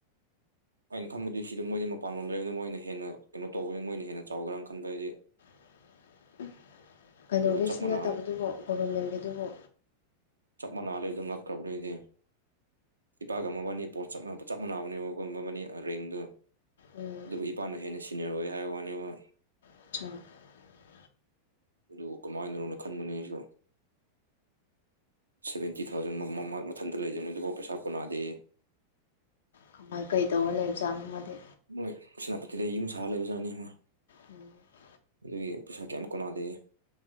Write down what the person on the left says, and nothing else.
<inaudible> ꯀꯩꯅꯣꯒꯤꯁꯨ
ꯅꯠꯇꯕꯗꯨꯕꯨ ꯒꯣꯚ꯭ꯔꯃꯦꯟꯒꯤꯗꯨꯕꯨ
ꯎꯝ
<inaudible>
ꯀꯃꯥꯏ ꯀꯩꯗꯧꯔ ꯂꯩꯖꯥꯠꯅꯣ ꯃꯥꯗꯤ
ꯎꯝ